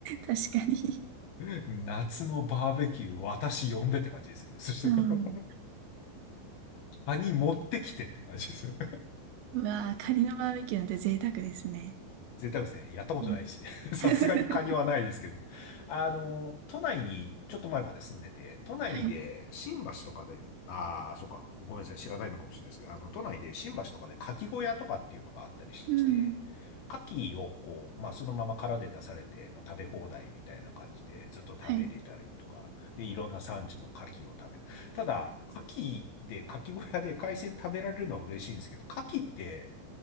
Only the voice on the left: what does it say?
<laughs> 夏のバーベキュー、私呼んでって感じですよね。そしたら、
<laughs> カニ持ってきてって感じですよ。
贅沢ですね。やったことないし。
<laughs> さすがにカニはないですけど。
あの、都内にちょっと前まで住んでて、都内で新橋とかで、
ああ、そうか。ごめんなさい。知らないのかもしれないですけど、あの、都内で新橋とかで牡蠣小屋とかっていうのがあったりして、
牡蠣をこう、まあそのまま殻で出されて、まあ、食べ放題みたいな感じでずっと食べれたりとか、
で、いろんな産地の牡蠣を食べる。ただ、牡蠣で、牡蠣小屋で海鮮食べられるのは嬉しいんですけど、牡蠣って、